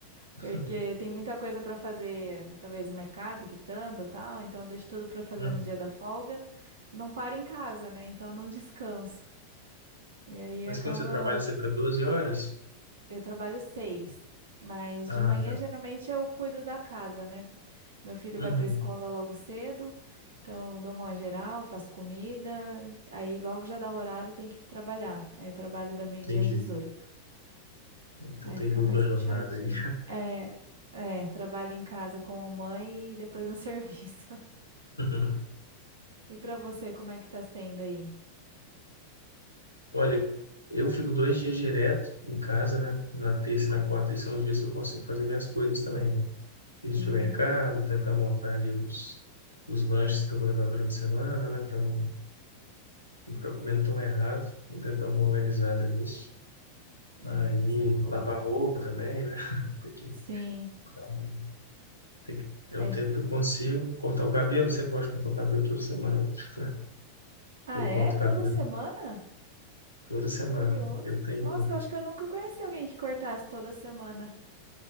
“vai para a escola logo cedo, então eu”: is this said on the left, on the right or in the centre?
Right